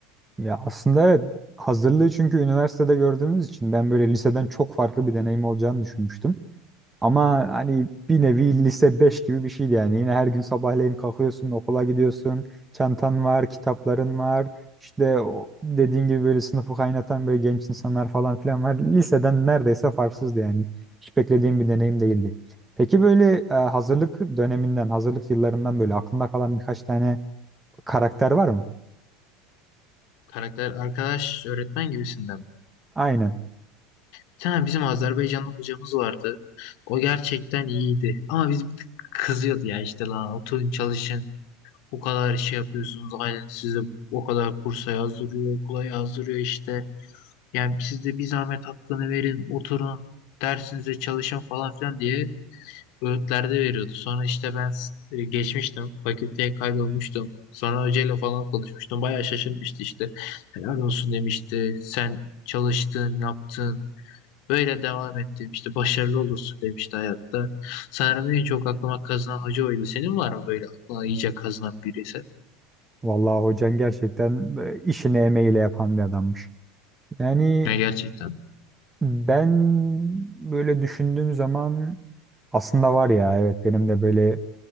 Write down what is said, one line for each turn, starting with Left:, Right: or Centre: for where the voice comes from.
Right: Ya aslında evet hazırlığı çünkü üniversitede gördüğümüz için ben böyle liseden çok farklı bir deneyim olacağını düşünmüştüm. Ama hani bir nevi lise 5 gibi bir şeydi yani. Yine her gün sabahleyin kalkıyorsun, okula gidiyorsun, çantan var, kitapların var. İşte o dediğin gibi böyle sınıfı kaynatan böyle genç insanlar falan filan var. Liseden neredeyse farksızdı yani. Hiç beklediğim bir deneyim değildi. Peki böyle e, hazırlık döneminden, hazırlık yıllarından böyle aklında kalan birkaç tane karakter var mı?
Left: Karakter arkadaş öğretmen gibisinden mi?
Right: Aynen.
Left: Bir tane bizim Azerbaycanlı hocamız vardı. O gerçekten iyiydi. Ama biz bir tık kızıyordu ya işte lan oturun çalışın. Bu kadar şey yapıyorsunuz. Aynen sizi o kadar kursa yazdırıyor, okula yazdırıyor işte. Yani siz de bir zahmet hakkını verin, oturun, dersinize çalışın falan filan diye öğütlerde veriyordu. Sonra işte ben e, geçmiştim, fakülteye kaydolmuştum. Sonra hocayla falan konuşmuştum. Bayağı şaşırmıştı işte. Helal olsun demişti. Sen çalıştın, yaptın. Böyle devam et demişti. Başarılı olursun demişti hayatta. Sanırım en çok aklıma kazınan hoca oydu. Senin var mı böyle aklına iyice kazınan birisi?
Right: Vallahi hocan gerçekten e, işini emeğiyle yapan bir adammış. Yani
Left: Ya gerçekten.
Right: ben böyle düşündüğüm zaman Aslında var ya evet benim de böyle